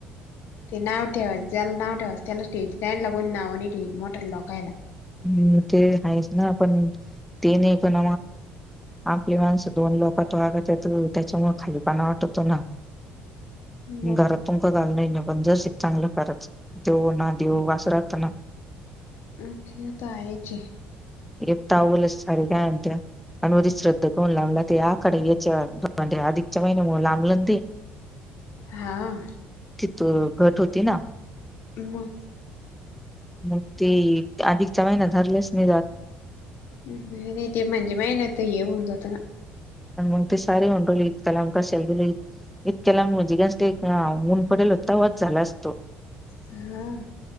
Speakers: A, on the left; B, in the centre.
A: ते नाव ठेवा ज्याला नाव ठेवास त्यालाच ठेवा त्या लागून नाव आणि ठेवत मोठ लोकायला.
B: हम्म ते आहेच ना आपण. ते नाही पण आपली माणसं दोन लोक तो आगत त्याच्यामुळे खालीपण वाटत. तुना
A: मग
B: घरात तुम घाल नाही. पण ज चांगलं करायचं देव ना देव वासरता ना.
A: <unintelligible>
B: एक तवलच सारे काय आणत्या. अनवरदी श्रद्ध पाहून लागलं त्या आखाड अधिकच्या महिन्यामुळे लांबला ना मग ते.
A: हां
B: त घट होती ना.
A: मग
B: मग ते अधिकच्या महिना धरलेच नाही जात.
A: नाही नाही ते म्हणजे महिन्यात हे होऊन जात ना.
B: आणि मग ती सारी म्हंडली इतक्या लांब कशाला दिली इतक्या लांबून ऊन पडेल होत्तावत झाला असतो.
A: हां